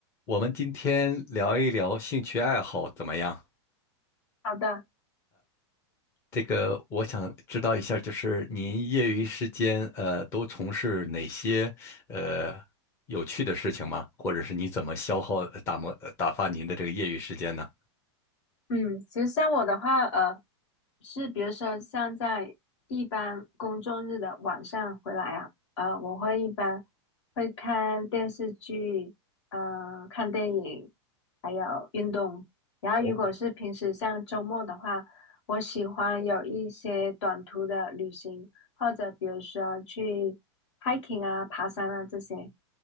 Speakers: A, on the left (about 15°); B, on the left (about 70°).
A: 我们今天聊一聊兴趣爱好怎么样？
B: 好的，
A: 这个我想知道一下，就是您业余时间呃都从事哪些呃有趣的事情吗？或者是你怎么消耗呃打磨呃打发您的这个业余时间呢？
B: 嗯，其实像我的话，呃，是比如说像在一般工作日的晚上回来啊，呃，我会一般会看电视剧，呃，看电影，还有运动。然后如果是平时像周末的话，
A: 哦。
B: 我喜欢有一些短途的旅行，或者比如说去 hiking 啊、爬山啊这些。